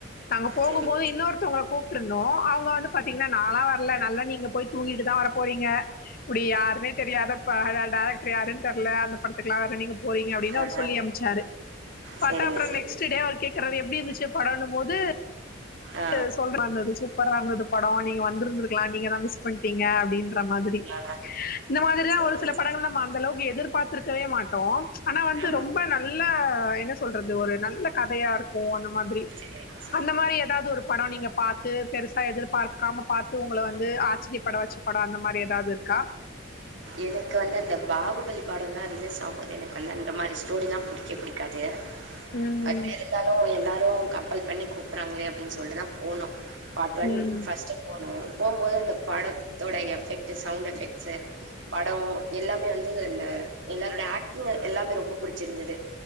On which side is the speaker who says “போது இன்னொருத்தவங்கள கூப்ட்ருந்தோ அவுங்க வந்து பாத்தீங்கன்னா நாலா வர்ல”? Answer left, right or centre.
Left